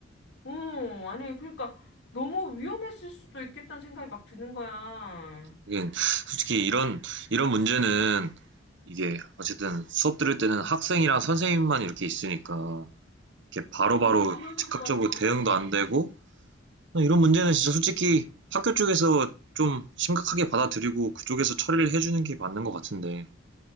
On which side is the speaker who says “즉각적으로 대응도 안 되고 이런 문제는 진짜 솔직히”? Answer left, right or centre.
Right